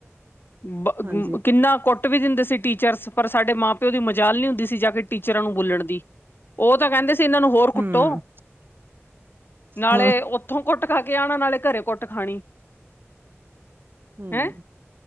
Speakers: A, on the left; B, on the right.
A: ਬ
B: ਹਾਂਜੀ
A: ਕਿੰਨਾ ਕੁੱਟ ਕੁੱਟ ਵੀ ਦਿੰਦੇ ਸੀ ਟੀਚਰਸ, ਪਰ ਸਾਡੇ ਮਾਂ-ਪਿਓ ਦੀ ਮਜ਼ਾਲ ਨੀ ਹੁੰਦੀ ਸੀ ਜਾ ਕੇ ਟੀਚਰਾਂ ਨੂੰ ਬੋਲਣ ਦੀ! ਓ ਤਾਂ ਕੈਂਦੇ ਸੀ ਇਨਾਂ ਨੂੰ ਹੋਰ ਕੁੱਟੋ
B: ਹੂੰ
A: ਨਾਲੇ
B: ਹਾਂ
A: ਉੱਥੋਂ ਕੁੱਟ ਖਾ ਕੇ ਆਣਾ, ਨਾਲੇ ਘਰੇ ਕੁੱਟ ਖਾਣੀ।
B: ਹਮ,
A: ਹੈ